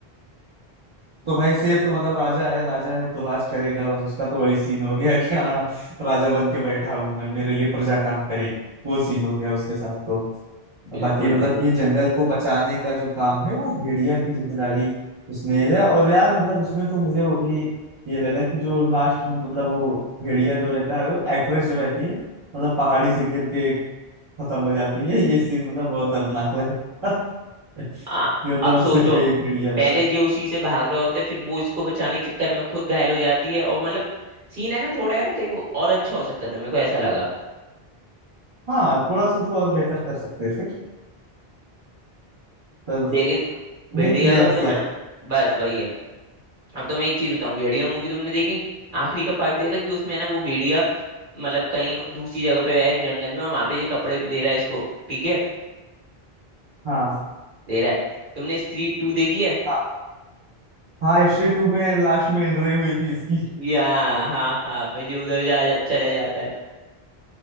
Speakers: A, on the right; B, on the right.
A: तो भाई शेर तो मतलब राजा है राजा है तो राज करेगा बस उसका तो वही सीन हो गया <laughs> कि हाँ राजा बन के बैठा हूं मैं मेरे लिए प्रजा काम करेगी वो सीन हो गया उसके साथ तो
B: बिल्कुल
A: और बाकी मतलब
B: बिल्कुल
A: कि जंगल को बचाने का जो काम है वो भेड़िया की जिम्मेदारी उसने है और यार मतलब उसमें तो मुझे वो भी ये लगा कि जो लास्ट में मतलब वो भेड़िया जो रहता है वो एक्ट्रेस जो रहती है मतलब पहाड़ी से गिर के खत्म हो जाती है ये सीन मतलब बहुत दर्दनाक लगा <laughs> कि
B: आ,
A: मतलब
B: अब सोचो
A: सिर्फ यही भेड़िया बचा
B: पहले ये उसी से भाग रहे होते फिर वो इसको बचाने के चक्कर में खुद घायल हो जाती है और मतलब सीन है ना थोड़ा है ना देखो और अच्छा हो सकता था मेरे को ऐसा लगा
A: हाँ थोड़ा सा इसको और बेहतर कर सकते थे पर
B: लेकिन भेड़िया
A: नहीं किया
B: का
A: अब
B: तुम्हें
A: क्या
B: बस वही है अब तो मैं एक चीज बताऊं भेड़िया मूवी तुमने देखी आखिरी का पार्ट देखा कि उसमें है ना वो भेड़िया मतलब कहीं दूसरी जगह पे है जंगल में और वहां पे ये कपड़े दे रहा है इसको ठीक है
A: हाँ
B: दे रहा है तुमने स्त्री टू देखी है
A: हाँ हाँ हिस्ट्री टू में लास्ट में एंट्री हुई थी इसकी
B: या हाँ हाँ फिर जो उधर जा, जा चला जाता है